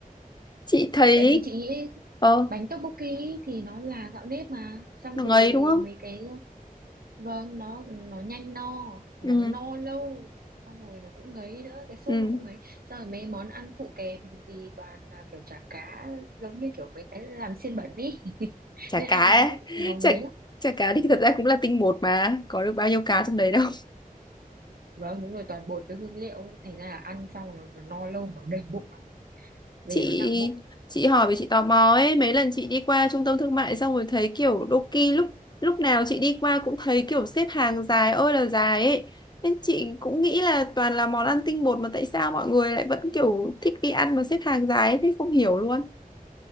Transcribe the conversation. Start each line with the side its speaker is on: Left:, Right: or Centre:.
Left: chị thấy
Right: tại vì chị nghĩ
Left: ờ
Right: bánh tteokbokki thì nó là gạo nếp mà xong
Left: nó
Right: rồi
Left: ngấy đúng không
Right: mấy cái vâng nó nó nhanh no nó
Left: ừ
Right: no lâu xong rồi nó cũng ngấy nữa cái sốt
Left: ừ
Right: nó cũng ngấy xong rồi mấy món ăn phụ kèm thì toàn là kiểu chả cá giống như kiểu mấy cái làm xiên bẩn ý <laughs>
Left: chả
Right: nên
Left: cá
Right: ăn
Left: ấy.
Right: nó
Left: <laughs>
Right: nó ngấy
Left: chả
Right: lắm
Left: chả cá thì thật ra cũng là tinh bột mà có được bao nhiêu cá trong đấy đâu
Right: vâng đúng rồi toàn bột với hương liệu ấy. thành ra là ăn xong rồi nó, nó no lâu mà nó đầy bụng lắm về
Left: chị
Right: nó nặng bụng
Left: chị hỏi vì chị tò mò ấy mấy lần chị đi qua trung tâm thương mại xong rồi thấy kiểu Doki lúc lúc nào chị đi qua cũng thấy kiểu xếp hàng dài ơi là dài ấy nên chị cũng nghĩ là toàn là món ăn tinh bột mà tại sao mọi người lại vẫn kiểu thích đi ăn mà xếp hàng dài ấy, thế không hiểu luôn